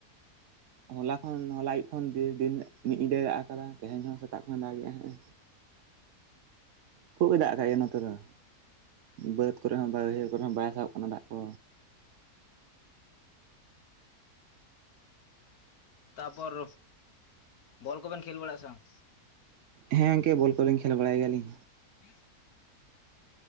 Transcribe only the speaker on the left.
ᱛᱟᱯᱚᱨ ᱵᱚᱞ ᱠᱚᱵᱮᱱ ᱠᱷᱮᱞ ᱵᱟᱲᱟᱜᱼᱟ ᱥᱮ ᱵᱟᱝ?
<unintelligible>